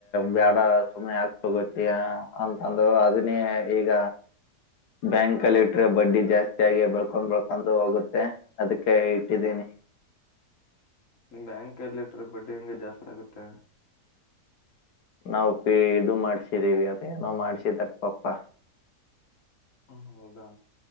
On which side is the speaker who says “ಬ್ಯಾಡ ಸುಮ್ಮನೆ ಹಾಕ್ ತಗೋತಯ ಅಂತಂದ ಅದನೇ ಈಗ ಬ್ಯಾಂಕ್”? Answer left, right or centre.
Left